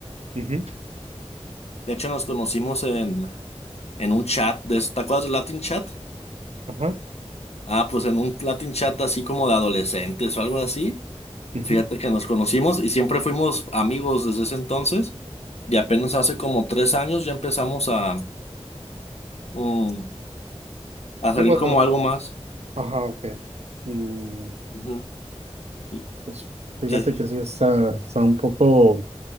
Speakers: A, on the right; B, on the left.
A: ujú,
B: De hecho, nos conocimos en, en un chat de, ¿te acuerdas del Latin Chat?
A: ajá,
B: Ah, pues en un Latin Chat así como de adolescentes o algo así.
A: ujú.
B: Fíjate que nos conocimos y siempre fuimos amigos desde ese entonces. Y apenas hace como tres años ya empezamos a, mm, a salir
A: Sí, pues,
B: como algo más.
A: Ajá, ok. Mm,
B: Ujú. ¿Y
A: pues fíjate
B: qué?
A: que sí está, está un poco,